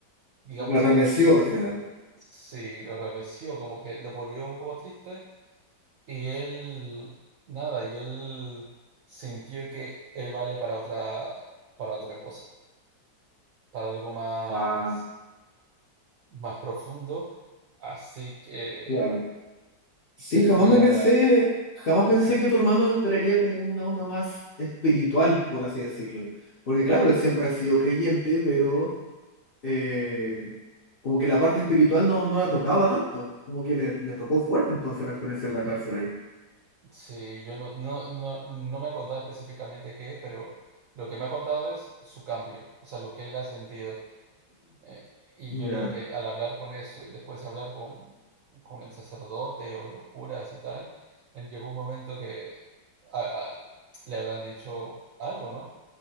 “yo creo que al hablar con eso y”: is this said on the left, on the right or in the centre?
Right